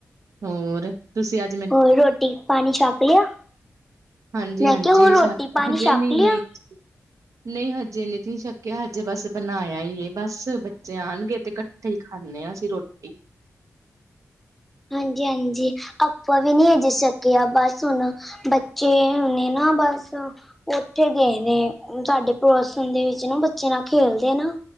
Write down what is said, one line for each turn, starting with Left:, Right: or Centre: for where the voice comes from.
Right: ਹੋਰ ਤੁਸੀਂ ਅੱ
Centre: ਹੋਰ ਰੋਟੀ-ਪਾਣੀ ਛਕ ਲਿਆ?
Right: ਹਾਂਜੀ
Centre: ਮੈਂ
Right: ਹਾਂਜੀ
Centre: ਕਿਆ ਹੋਰ ਰੋਟੀ-ਪਾਣੀ
Right: ਸ਼ੱਕ ਹਜੇ
Centre: ਛਕ
Right: ਨਹੀਂ
Centre: ਲਿਆ?
Right: ਨਹੀਂ ਨਹੀਂ ਹਜੇ ਨੀ ਜੀ ਛੱਕਿਆ ਹਜੇ ਬਸ ਬਣਾਯਾ ਈ ਏ ਬਸ ਬੱਚੇ ਆਣਗੇ ਤੇ ਕੱਠੇ ਈ ਖਾਂਣੇ ਆਂ ਅਸੀਂ ਰੋਟੀ।
Centre: ਹਾਂਜੀ, ਹਾਂਜੀ, ਅਪਾਂ ਵੀ ਨੀ ਹਜੇ ਛਕਿਆ, ਬਸ ਹੁਣ ਬੱਚੇ ਹੁਣੇ ਨਾ ਬਸ ਓਥੇ ਗਏ ਨੇ ਸਾਡੇ ਪੜੋਸਣ ਦੇ ਵਿੱਚ ਨਾ ਬੱਚੇ ਨਾਲ ਖੇਲਦੇ ਐ ਨਾ